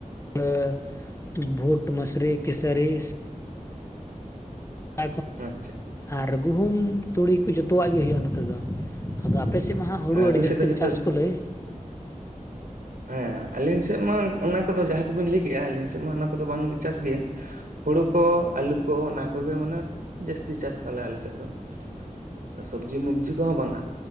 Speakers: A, on the left; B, on the right.
A: <unintelligible> ᱵᱷᱩᱴ ᱢᱟᱹᱥᱨᱤ ᱠᱤᱥᱟᱹᱨᱤ ᱾ <unintelligible>
B: ᱟᱪᱪᱷᱟ
A: ᱟᱨ ᱜᱩᱦᱩᱢ ᱛᱩᱲᱤ ᱠᱚ ᱡᱚᱛᱚᱣᱟᱜ ᱜᱮ ᱦᱩᱭᱩᱜᱼᱟ ᱱᱚᱛᱮ ᱫᱚ ᱾ ᱟᱫᱚ ᱟᱯᱮ ᱥᱮᱫ ᱢᱟ ᱦᱟᱸᱜ ᱦᱩᱲᱩ
B: ᱟᱹᱵᱤᱱ
A: ᱟᱹᱰᱤ
B: ᱥᱮᱫ
A: ᱡᱟᱹᱥᱛᱤ
B: ᱫᱚ ᱡᱚᱛᱚ
A: ᱠᱚ ᱪᱟᱥ ᱠᱚ ᱞᱟᱹᱭ ᱾
B: ᱦᱮᱸ ᱟᱹᱞᱤᱧ ᱥᱮᱫ ᱢᱟ ᱚᱱᱟ ᱠᱚᱫᱚ ᱡᱟᱦᱟᱸ ᱠᱚᱵᱤᱱ ᱞᱟᱹᱭ ᱠᱮᱜᱼᱟ ᱟᱹᱞᱤᱧ ᱥᱮᱫ ᱢᱟ ᱚᱱᱟ ᱠᱚᱫᱚ ᱵᱟᱝᱞᱮ ᱪᱟᱥ ᱜᱮᱭᱟ ᱾ ᱦᱩᱲᱩ ᱠᱚ ᱟᱹᱞᱩ ᱠᱚ ᱚᱱᱟ ᱠᱚᱜᱮ ᱢᱟᱱᱮ ᱡᱟᱹᱥᱛᱤ ᱪᱟᱥ ᱟᱞᱮ ᱟᱞᱮ ᱥᱮᱫ ᱫᱚ ᱾ <unintelligible> ᱥᱚᱵᱽᱡᱤ ᱢᱚᱵᱡᱤ ᱠᱚᱦᱚᱸ ᱵᱟᱝᱟ